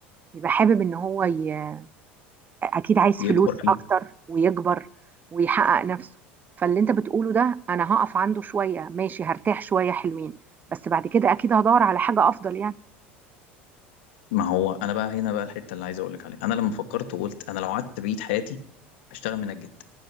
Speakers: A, on the right (about 30°); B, on the left (about 75°).
A: بيبقى حابب ان هو ي... اكيد عايز
B: يكبر
A: فلوس
B: فيه
A: اكتر ويكبر ويحقق نفسه فاللي انت بتقوله ده انا هقف عنده شوية ماشي هرتاح شوية حلوين بس بعد كده اكيد هدور على حاجة افضل يعني
B: ما هو انا بقى هنا بقى الحته اللي عايز اقول لك عليها انا لما فكرت وقلت انا لو قعدت بقيت حياتي اشتغل منجد